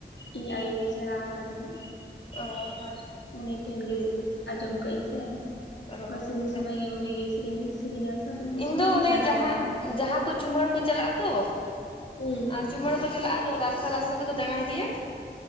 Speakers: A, on the left; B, on the left.
A: ᱤᱧ ᱟᱭᱳ ᱜᱮᱭ ᱥᱮᱬᱟ ᱟᱠᱟᱫᱤᱧᱟ
B: ᱚ ᱢᱟ
A: ᱩᱱᱤ ᱴᱷᱮᱱ ᱜᱮ ᱟᱸᱡᱚᱢ ᱠᱟᱜ ᱟᱹᱧ ᱥᱮ ᱚᱝᱠᱟ
B: ᱚ
A: ᱥᱮᱨᱮᱧ
B: ᱦᱮᱸᱛᱚ
A: ᱥᱚᱢᱚᱭ ᱜᱮ ᱩᱱᱤ ᱜᱮ ᱥᱮᱨᱮᱧ ᱥᱮᱨᱮᱧᱟ ᱥᱮ᱾ ᱟᱫᱚ ᱩᱱ
B: ᱤᱧ
A: ᱥᱚᱢᱚᱭ
B: ᱫᱚ
A: ᱜᱤᱧ
B: ᱚᱱᱮ
A: ᱥᱮᱬᱟ
B: ᱡᱟᱦᱟᱸ
A: ᱟᱠᱟᱫᱟ
B: ᱡᱟᱦᱟᱸ ᱠᱚ ᱪᱩᱢᱟᱹᱲ ᱠᱚ ᱪᱟᱞᱟᱜ ᱟᱛᱚ
A: ᱦᱩᱸ
B: ᱟ ᱪᱩᱢᱟᱹᱲᱟ ᱠᱚ ᱪᱟᱞᱟᱜᱼᱟ ᱟᱫᱚ ᱨᱟᱥᱛᱟ ᱨᱟᱥᱛᱟ ᱛᱮᱠᱚ ᱫᱟᱸᱞᱲᱟ ᱤᱫᱤᱭᱟ ᱾